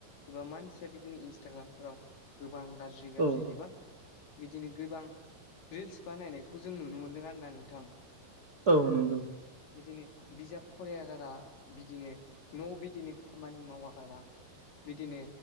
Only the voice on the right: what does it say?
औ
औ नंगौ।